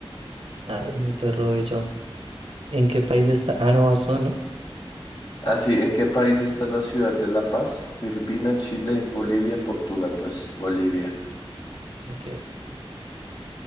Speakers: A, on the right; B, on the left.
A: A ver, mi perro y yo. ¿En qué país está? Ah, no, Azul, ¿no?
B: Así, ¿en qué país está la ciudad de La Paz? Filipinas, Chile, Bolivia, Portugal. Pues Bolivia.
A: Ok.